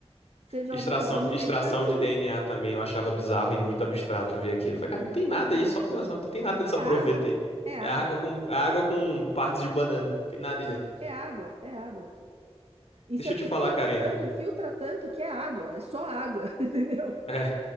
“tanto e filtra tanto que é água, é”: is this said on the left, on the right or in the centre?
Right